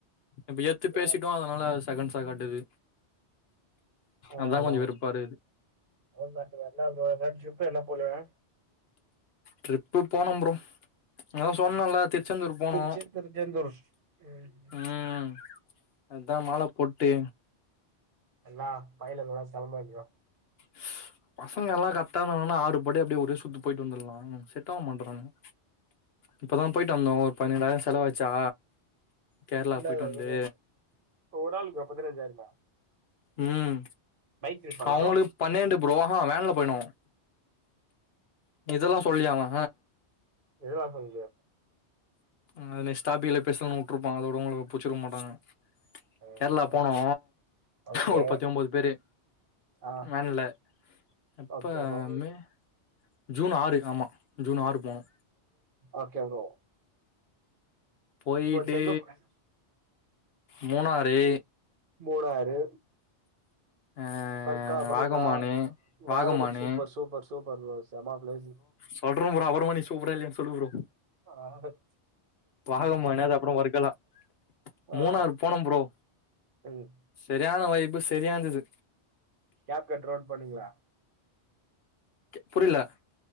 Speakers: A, on the left; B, on the right.
A: இப்ப எத் த்து
B: சேர்
A: பேசிட்டோ அதனால அது செகண்ட்ஸா காட்டுது
B: ஆ
A: அதா கொஞ்ச
B: ஆ
A: வெறுப்பாற்குது
B: என்ன பண்றது <unintelligible> ஷிஃப்ட் எல்லா போலயா
A: ட்ரிப்பு போன ப்ரோ நா தா சொன்ன இல்ல திரி ச்செந்தூர் போனோ
B: திருச்சி திருச்செந்தூர் ம்
A: ம் அதா மால போட்டு
B: எல்லா பயலுகளு செலம்போ எடுத்துட்டு <unintelligible>
A: <inaudible> பசங்க எல்லா கரக்டா இருந்தாங்கன்னா ஆறுபடி அப்டியே ஒரே சுத்து போய்ட்டு வந்தர்லா செட் ஆவ மாட்றானுங்க இப்பதா போயிட்டு வந்தோ ஒரு பதினேழாயிரோ செலவாச்சா கேரளா
B: இல்ல
A: போயிட்டு வந்து
B: எதுவு ஒரு ஆளுக்கா பதினஞ்சாயிருமா
A: ம்
B: ட்ரிப்பா எல்லாரு
A: அவுங்களுக்கு பன்னெண்டு ப்ரோ அஹா வேன்ல போய்னோ இது எல்லா சொல்லியா அவ
B: ஏதுலா சொல்லியா
A: ம் அதுன ஸ்டாபிங்ல்ல பேசல ஊட்டுறுப்பா அதோட உங்களுக்கு புட்ச்சுருக் மாட்டாங்
B: ஆ
A: கேரளா போனோ
B: ஓகே
A: ஒரு பத்து ஒம்போது பேரு
B: ஆ
A: வேன்ல எப்ப
B: ஓகே ப்ரோ
A: மே ஜீன் ஆறு ஆமா ஜீன் ஆறு போனோ
B: ஓகே ப்ரோ
A: போயிட்டு
B: <unintelligible>
A: மூணாறு
B: மூணாறு
A: ஆ
B: பர்க்கா பண்ணிங்ளா
A: வாகமானு வாகமானு
B: வாகமன் சூப்பர் சூப்பர் சூப்பர் ப்ரோ செம்ம பிளேஸு
A: சொல்ற ப்ரோ அப்பறமா நீ சூப்பரா இல்லையான்னு சொல்லு ப்ரோ
B: ஆடத்
A: வாகமானு அது அப்பறோ வருக்களா
B: ஆ
A: மூணாறு போன ப்ரோ
B: ம்
A: செரியான வய்பு செரியாந்துது
B: கேப்டன் ட்ரோன் பண்ணீங்ளா
A: புரில